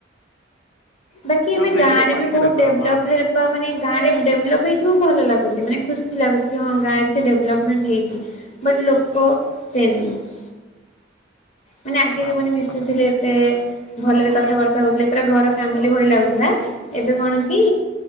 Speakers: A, on the left; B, on the left.
A: ବାକି ଏବେ
B: ଆଉ ସେଇଠି
A: ଗାଁ
B: ତ
A: ରେ
B: ପାଖରେ
A: ବି ବହୁତ
B: ତ
A: ଡେଭଲପ
B: ହଁ
A: ହେଲେ ବା ମାନେ ଗାଁରେ ଡେଭେଲପ ହେଇଛି ମୁଁ ଭଲ ଲାଗୁଛି ମାନେ ଖୁସି ଲାଗୁଛି କି ହଁ ଗାଁରେ କିଛି ଡେଭଲପମେଣ୍ଟ ହେଇଛି। ବଟ୍ ଲୋକ <unintelligible> ଲେସ। ମାନେ ଆଗେ
B: ବାସ୍
A: ଯୋଉମାନେ ମିଶୁଥିଲେ
B: ମାନେ
A: ଏତେ ଭଲରେ କଥାବାର୍ତ୍ତା ହଉଥିଲେ ପୁରା ଘର ଫ୍ୟାମିଲି ଭଳି ଲାଗୁଥିଲା। ଏବେ କଣ କି